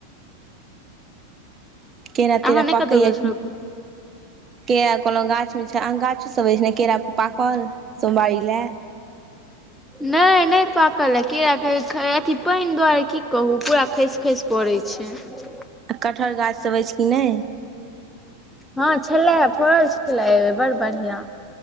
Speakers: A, on the right; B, in the centre.
A: केरा तेरा
B: अहाँ नहि
A: पाकैए
B: कतहु गेल छलहु
A: कि? केरा कहलौं गाछमे छैय। आन गाछो सब अइछ ने केरा पाकल सोमवारी लए।
B: नै, नै पाकल ह केराक अथी पाइन दुआरे की कहू पूरा खैस- खैस पड़ैय छैय।
A: आ कटहर गाछ सब अइछ कि नै।
B: हँं छलै हे फरल छलै अय बेर बड़ बढ़ियाँ।